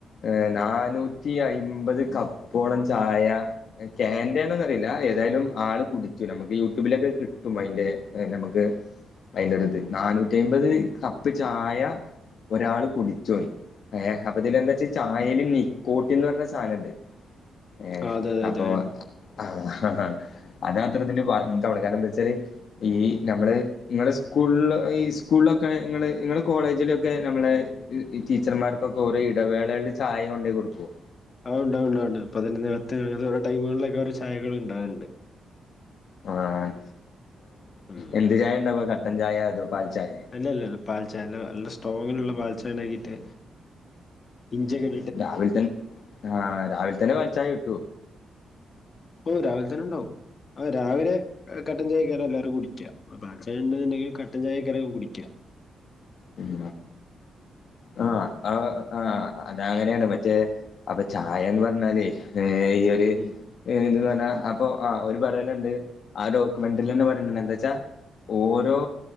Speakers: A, on the left; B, on the left.
A: ആഹ് നാനൂറ്റി അയ്മ്പത് കപ്പോളം ചായ ആഹ് കേന്റേണോന്നറീല ഏതേയേലും ആള് കുടിച്ചൂല മ്മക്ക് യൂടുബിലൊക്കെ കിട്ടും അയിന്റെ എഹ്‌ നമ്മക്ക്
B: ഉ
A: അതിന്റെ ഒരുത് നാനൂറ്റി അമ്പത് കപ്പ് ചായ ഒരാൾ കുടിച്ചുണ്ട് ഏഹ് അപ്പൊതില് എന്താച്ചാ ചായേല് നിക്കോട്ടിൻന്ന് പറഞ്ഞ സാധനണ്ട് ഏഹ്
B: ആഹ് അതെ അതെ
A: അപ്പൊ
B: അതെ അത്ണ്ട്
A: ആഹ് ഹഹ അതാത്തരത്തില് വർത്തവാണ്
B: ഉം
A: കാരണന്താച്ചാല് ഈ ഞമ്മള് ഇങ്ങളെ സ്കൂള് ഈ സ്കൂള്ലൊക്കെ ഇങ്ങള് ഇങ്ങള് കോളേജിലൊക്കെ ഞമ്മളെ ഈ ടീച്ചർമാര് ക്കെ ഓരൊ ഇടവേളൽ ചായ കൊണ്ടയി കൊടുക്കും
B: ആ ഉണ്ടണ്ട് ഉണ്ട ഉണ്ട് പതിന നേകത്ത് ഓരോ ടൈമുകളിലൊക്കെ ഓരൊ ചായകൾ ഉണ്ടാവറുണ്ട്
A: ആഹ്
B: ഉം
A: എന്ത് ചായ ഉണ്ടാവോ കട്ടൻ ചായ അതോ പാൽ ചായ
B: അല്ല അല്ലല്ല പാൽച്ച അല്ല നല്ല സ്ട്രോങ്ങിലുള്ള പാൽച്ച ഇണ്ടാക്കിട്ട് ഇഞ്ചക്കെ
A: രാവിൽ തൻ ആഹ് രാവിൽ തന്നെ പാൽചായ കിട്ടോ
B: ഓ രാവിൽ തന്നെ ഉണ്ടാവും അ രാവിലെ കട്ടൻചായക്കാരം കുടിക്ക പാൽച്ചയ ഇണ്ട്ന്ന്ണ്ടെങ്കി കട്ടൻ ചായക്കര കുടിക്ക
A: ഉം ആഹ്
B: ഉം
A: ആഹ് ആഹ് അതങ്ങനെയാണ് മറ്റേ അപ്പൊ ചായന്ന് പറഞ്ഞലേ ഏ ഈ ഒരു
B: ഉം
A: ഇ പറഞ്ഞാ അപ്പൊ ആ ഒരു പറയലുണ്ട് ആ ഡോക്യുമെന്ററിൽ തന്നെ പറയണ്ട് എന്താച്ചാ ഓരോ